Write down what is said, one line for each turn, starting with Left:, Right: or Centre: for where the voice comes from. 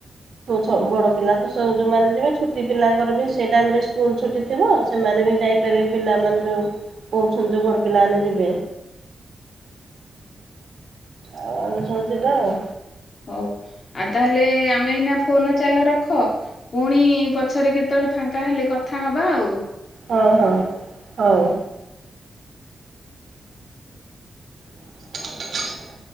Right: ହଁ ବଡ଼ ପିଲାତ ସୋ ଯୋଉମାନେ ଯିବେ ଛୁଟି ପିଲାଙ୍କର ବି ସେ ଟାଇମରେ ସ୍କୁଲ ଛୁଟି ଥିବ। ସେମାନେ ବି ଯାଇପାରିବେ ପିଲାମାନେ ଯୋଉ କହୁଛନ୍ତି ଯେ ବଡପିଲାମାନେ ଯିବେ। ଆ ଆ ସବୁ ଯିବାଆଉ।
Left: ହୋଉ ଆଉ ତାହଲେ ଆମେ ଏଇନା ଫୋ ଫୋନ ଚାଲ ରଖ ପୁଣି ପଛରେ କେତେବେଳେ ଫାଙ୍କା ହେଲେ କଥା ହବା ଆଉ।
Right: ହଁ ହଁ ହଉ। <inaudible>